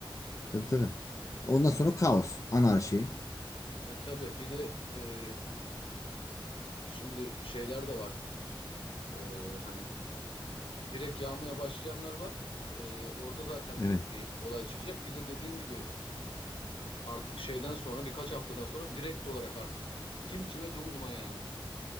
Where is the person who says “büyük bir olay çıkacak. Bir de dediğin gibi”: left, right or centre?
Left